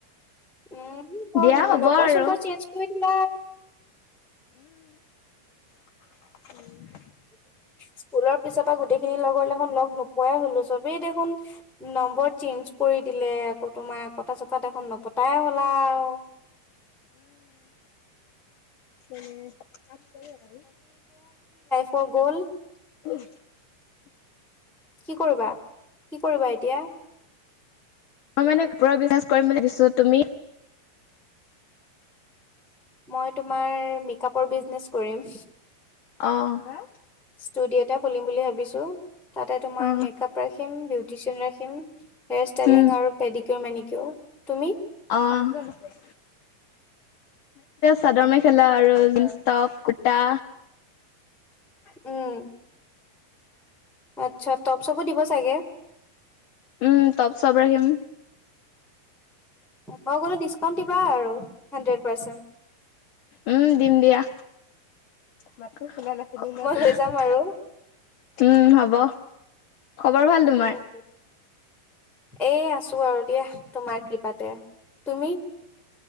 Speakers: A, in the centre; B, on the left.
A: উম, ত
B: দিয়া হ'ব
A: নম্বৰ
B: আৰু
A: চম্বৰ চেঞ্জ কৰি দিলা <unintelligible> <inaudible>
B: <unintelligible> উম।
A: স্কুলৰ পিছৰ পৰা গোটেইখিনি লগৰ দেখোন লগ নোপোৱাই হ'লো। চবেই দেখোন নম্বৰ চেঞ্জ কৰি দিলে, আকৌ তোমাৰ আকৌ তাছত তাত এখন নপতাই হ'লা আও।
B: মানে <unintelligible> আৰু
A: পগল
B: <unintelligible> উ
A: কি কৰিবা? কি কৰিবা এতিয়া?
B: মই মানে পুৰা বিজনেছ কৰিম বুলি ভাবিছোঁ, তুমি?
A: মই তোমাৰ মেকআপৰ বিজনেচ কৰিম।
B: অ। হা?
A: ষ্টুডিঅ' এটা খুলিম বুলি ভাবিছো। তাতে তোমাৰ
B: অ
A: মেকআপ, ৰাখিম বিউটিচিয়ান ৰাখিম। হেয়াৰ ষ্টাইলিং
B: উম
A: আৰু পেডিকিউৰ, মেনিকিউৰ। তুমি?
B: অ <unintelligible> <unintelligible> চাদৰ মেখেলা আৰু জিনছ্ টপ কুটা
A: উম আচ্ছা টপ চপো দিব চাগে
B: উম তপ চব ৰাখিম।
A: মই গলে ডিচকাউন্ট দিবা আৰু হাণ্ড্ৰেড পাৰ্চেণ্ট।
B: উম, দিম দিয়া। মাতটো শুনা নাছিলো
A: মই
B: <unintelligible>
A: লৈ যাম আৰু।
B: উম হ'ব। খবৰ ভাল
A: উম,
B: তোমাৰ?
A: এই আছো আৰু দিয়া তোমাৰ কৃপাতে। তুমি?